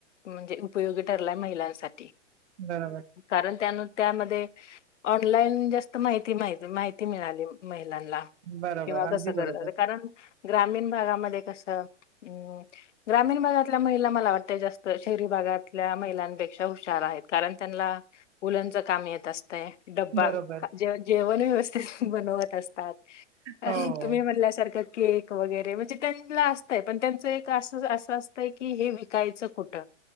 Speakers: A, on the left; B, on the right.
A: म्हणजे उपयोगी ठरलाय महिलांसाठी
B: बरोबर.
A: कारण त्यान- त्यामध्ये ऑनलाईन जास्त माहिती मा माहिती मिळाली. <unintelligible>
B: बरोबर.
A: किंवा
B: अगदी
A: कस करत
B: बरोबर.
A: कारण. ग्रामीण भागामध्ये कस? अं ग्रामीण भागातल्या महिला मला वाटत जास्त शहरी भागातल्या महिलांपेक्षा हुशार आहेत कारण- त्यांनला वूलनच काम येत अस. <unintelligible> तया ड्बा
B: बरोबर.
A: ज जेव- दोन्ही व्यवस्थित बनवत असतात,
B: हो,
A: तुम्ही म्हणल्यासारखं- केक वगैरे म्हणजे त्यांना असतंय पण त्यांचं एक अस असतंय की हे विकायचं कुठं?